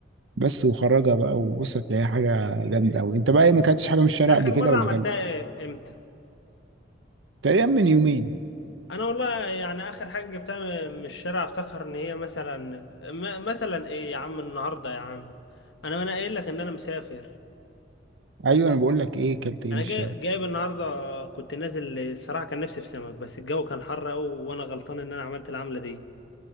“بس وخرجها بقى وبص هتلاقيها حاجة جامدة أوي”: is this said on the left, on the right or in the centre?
Right